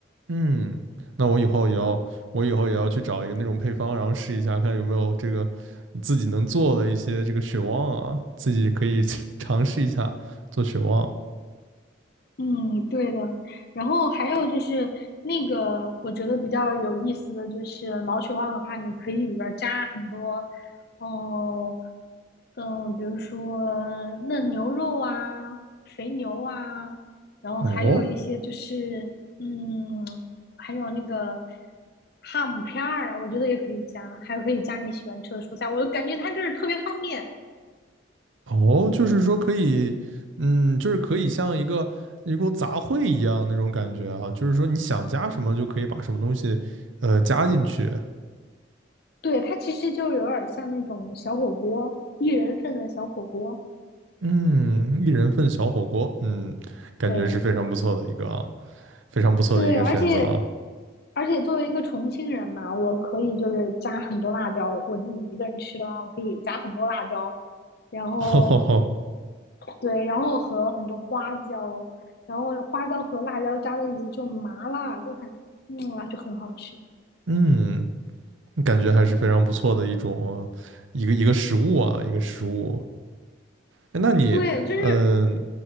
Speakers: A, on the right; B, on the left.
A: 嗯，那我以后也要，我以后也要去找一个那种配方，然后试一下，看有没有这个自己能做的一些这个血旺啊，自己可以 <laughs> 尝试一下做血旺。
B: 嗯，对的。然后还有就是那个，我觉得比较有意思的就是毛血旺的话，你可以里边儿加很多，哦、嗯，比如说嫩牛肉啊、肥牛啊，然后还有一些就是，
A: 哦
B: 嗯，还有那个哈姆片儿，我觉得也可以加，还有可以加你喜欢吃的蔬菜，我就感觉它就是特别方便。
A: 哦，就是说可以，嗯，就是可以像一个一锅杂烩一样那种感觉啊，就是说你想加什么就可以把什么东西，呃，加进去。
B: 对，它其实就有点儿像那种小火锅，一人份的小火锅。
A: 嗯，一人份小火锅，嗯，感觉是非常不错的一个啊，
B: 对
A: 非常不错的一个选择啊。
B: 对，而且而且作为一个重庆人嘛，我可以就是加很多辣椒。我自己一个人吃的话，我可以加很多辣椒，然后
A: <laughs> 吼吼吼，
B: 对，然后和很多花椒，然后花椒和辣椒加在一起就麻辣，就很嗯啊就很好吃。
A: 嗯。感觉还是非常不错的一种一个一个食物啊，一个食物。那你，
B: 对，就是
A: 嗯、